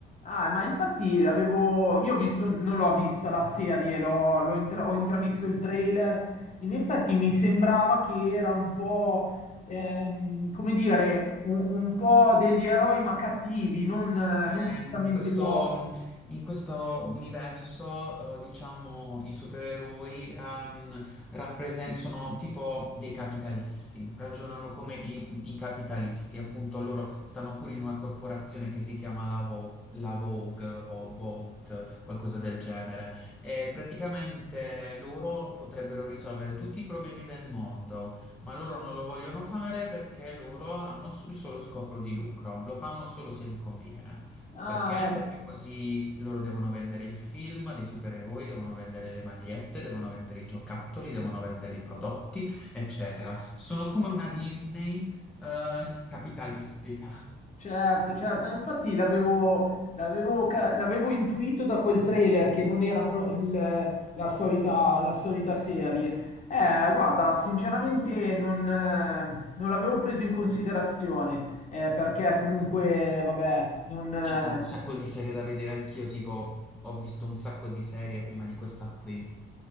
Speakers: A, on the left; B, in the centre.
A: Ah, ma infatti avevo, io ho visto, non l'ho vista la serie, l'ho, l'ho intra- ho intravisto il trailer. In effetti mi sembrava che era un po', ehm, come dire, un, un po' degli eroi ma cattivi, non, eh,
B: Eh,
A: non prettamente
B: in questo,
A: buoni.
B: in questo universo, eh, diciamo, i supereroi ehm, rappresen- sono tipo dei capitalisti, ragionano come i, i capitalisti, appunto loro stanno pure in una corporazione che si chiama la, Vo- la Vogue, Vo- Vogue, qualcosa del genere, e praticamente loro potrebbero risolvere tutti i problemi del mondo, ma loro non lo vogliono fare perché loro hanno s- il solo scopo di lucro, lo fanno solo se gli conviene.
A: Ah,
B: Perché?
A: ecco.
B: Perché così loro devono vendere il film dei supereroi, devono vendere le magliette, devono vendere i giocattoli, devono vendere i prodotti, eccetera. Sono come una Disney, eh, <laughs> capitalistica.
A: Certo, certo, infatti l'avevo l'avevo ca- l'avevo intuito da quel trailer che non era pro- il- la solita, la solita serie. Eh, guarda, sinceramente non, eh, non l'avevo preso in considerazione, eh, perché comunque, vabbè, non... eh,
B: Ci sono un sacco di serie da vedere anch'io, tipo ho visto un sacco di serie prima di questa qui.